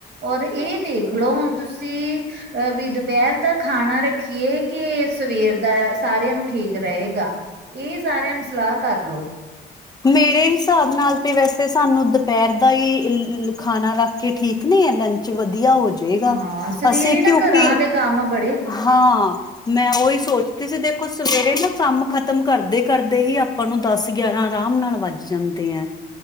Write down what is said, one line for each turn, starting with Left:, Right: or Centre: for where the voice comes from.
Right: ਔਰ ਇਹ ਦੇਖਲੋ ਹੁਣ ਤੁਸੀਂ ਅਹ ਵੀ ਦੁਪੈਰ ਦਾ ਖਾਣਾ ਰੱਖੀਏ ਕਿ ਸਵੇਰ ਦਾ ਸਾਰਿਆਂ ਨੂੰ ਠੀਕ ਰਏਗਾ। ਇਹ ਸਾਰਿਆਂ ਨੂੰ ਸਲਾਹ ਕਰ ਲੋ।
Left: ਮੇਰੇ ਹਿਸਾਬ ਨਾਲ ਤੇ ਵੈਸੇ ਸਾਨੂੰ ਦੁਪੈਰ ਦਾ ਹੀ ਲ ਖਾਣਾ ਰੱਖ ਕੇ ਠੀਕ ਨਈ ਲੰਚ ਚ ਵਧੀਆ ਹੋ ਜਾਏਗਾ
Right: ਹਾਂ ਸਵੇਰੇ
Left: ਅਸੀਂ
Right: ਨਾ
Left: ਕਿਉਂਕਿ
Right: ਘਰਾਂ ਦੇ ਕੰਮ ਬ
Left: ਹਾਂ ਮੈਂ ਉਹੀ ਸੋਚਦੀ ਸੀ ਦੇਖੋ ਸਵੇਰੇ ਨਾ ਕੰਮ ਖ਼ਤਮ ਕਰਦੇ-ਕਰਦੇ ਹੀ ਆਪਾਂ ਨੂੰ ਦਸ ਗਿਆਰਾਂ ਆਰਾਮ ਨਾਲ ਵੱਜ ਜਾਂਦੇ ਐ।